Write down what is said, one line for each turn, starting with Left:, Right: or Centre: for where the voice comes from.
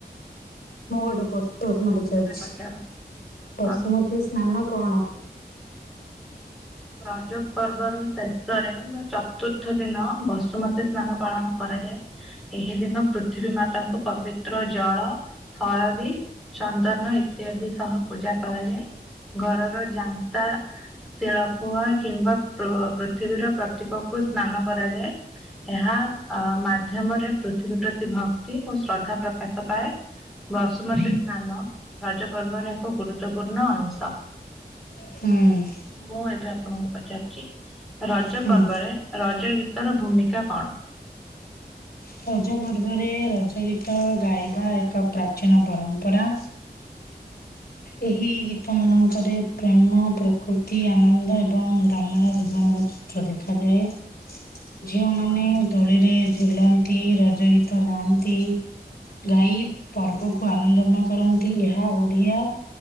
Left: ମୁଁ ଗୋଟେ ପ୍ରତ-ଶ୍ନ
Centre: ଏବେ
Left: ପଚାରୁଚି
Centre: ତମେ ପଚାର
Left: ବଶୁମତୀ
Centre: ହଁ।
Left: ସ୍ନାନ କଣ?
Centre: ରଜ ପର୍ବର ଶେଷରେ ବା ଚତୁର୍ଥ ଦିନ ବସୁମତୀ ସ୍ନାନ ପାଳନ କରାଯାଏ। ଏହି ଦିନ ପୃଥିବୀ ମାତାଙ୍କୁ ପବିତ୍ର ଜଳ ହଳଦୀ ଚନ୍ଦନ ଇତ୍ୟାଦି ସହ ପୂଜା କରାଯାଏ। ଘରର ଯାନ୍ତା ଶିଳ ପୁଆ କିମ୍ବା ପୃ-ପୃଥିବୀର ପ୍ରତୀକକୁ ସ୍ନାନ କରାଯାଏ। ଏହା ଅ ମାଧ୍ୟମରେ ପୃଥିବୀ ପ୍ରତି ଭକ୍ତି ଓ ଶ୍ରଦ୍ଧା ପ୍ରକାଶ ପାଏ। ବସୁମତୀ ସ୍ନାନ ରଜ ପର୍ବର ଏକ ଗୁରୁତ୍ୱପୂର୍ଣ୍ଣ ଅଂଶ।
Left: ହୁଁ।
Centre: ମୁଁ ଏବେ ଆପଣଙ୍କୁ ପଚାରୁଚି ରଜ
Left: ହୁଁ
Centre: ପର୍ବରେ ରଜ ଗୀତର ଭୂମିକା କଣ?
Left: ରଜ ପର୍ବରେ ରଜ ଗୀତ ଗାଇବା ଏକ ପ୍ରାଚୀନ ପରମ୍ପରା।
Centre: <inaudible>
Left: ଏହି ଗୀତ ମାନଙ୍କରେ ପ୍ରେମ, ପ୍ରକୃତି, ଆନନ୍ଦ, ଏବଂ ଗ୍ରାମୀଣ ଜୀବନର ଚିତ୍ର ଦେଖାଯାଏ। ଝିଅମାନେ
Centre: ହଁ
Left: ଦୋଳିରେ ଝୁଲନ୍ତି ରଜ ଗୀତ ଗାଆନ୍ତି। ଗାଈ ପର୍ବକୁ ଆନନ୍ଦମୟ କରନ୍ତି ଏହା ଓଡିଆ